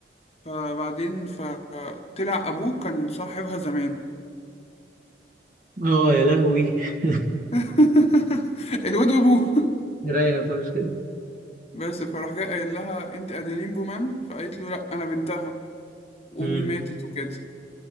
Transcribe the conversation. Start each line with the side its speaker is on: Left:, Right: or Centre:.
Left: فبعدين ف طلع ابوه كان صاحبها زمان
Right: اه يا لهوي <laughs>
Left: <laughs> الواد وابوه
Right: رايقة فشخ
Left: بس فراح جاي قايل لها انت اديلين بومان فقالت له لا انا بنتها وامي
Right: دي.
Left: ماتت وكده